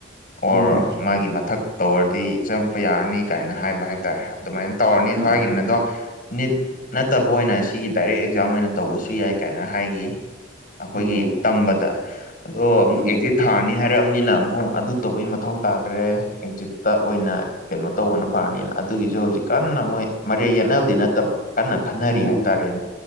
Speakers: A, on the left; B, on the right.
A: ꯑꯣꯔ
B: ꯎꯝ
A: ꯃꯥꯒꯤ ꯃꯊꯛ ꯇꯧꯔꯗꯤ ꯆꯪꯉꯛꯄ ꯌꯥꯔꯅꯤ ꯀꯥꯏꯅ ꯍꯥꯏꯕ ꯍꯥꯏꯇꯥꯔꯦ ꯑꯗꯨꯃꯥꯏꯅ ꯇꯧꯔꯅꯤꯁꯨ
B: ꯎꯝ
A: ꯍꯥꯏꯈꯤꯕꯅꯤ ꯑꯗꯣ ꯅꯤꯠ ꯅꯠꯇꯕ ꯑꯣꯏꯅ ꯁꯤꯒꯤ ꯗꯥꯏꯔꯦꯛ ꯑꯦꯛꯖꯥꯝ ꯑꯣꯏꯅ ꯇꯧꯕꯁꯨ ꯌꯥꯏ ꯀꯥꯏꯅ ꯍꯥꯏꯈꯤ ꯑꯩꯈꯣꯏꯒꯤ
B: ꯎꯝ
A: ꯇꯝꯕꯗ ꯑꯗꯣ ꯑꯃꯨꯛ
B: ꯎꯝ
A: ꯑꯦꯛꯖꯤꯠ ꯊꯥꯔꯅꯤ ꯍꯥꯏ ꯂꯩꯕꯅꯤꯅ ꯑꯃꯨꯛ ꯑꯗꯨ ꯇꯧꯕꯩ ꯃꯊꯧ ꯇꯥꯗ꯭ꯔꯦ ꯑꯦꯛꯖꯤꯠꯇ ꯑꯣꯏꯅ ꯀꯩꯅꯣ ꯇꯧꯕꯅ ꯐꯔꯅꯤꯅ ꯑꯗꯨꯒꯤꯁꯨ ꯍꯧꯖꯤꯛ ꯀꯟꯅ ꯃꯣꯏ ꯃꯔꯦ ꯌꯦꯠꯅꯕꯗꯤ ꯅꯠꯇꯕ ꯀꯟꯅ ꯈꯟꯅꯔꯤ
B: ꯎꯝ
A: ꯍꯥꯏꯇꯥꯔꯦꯅꯦ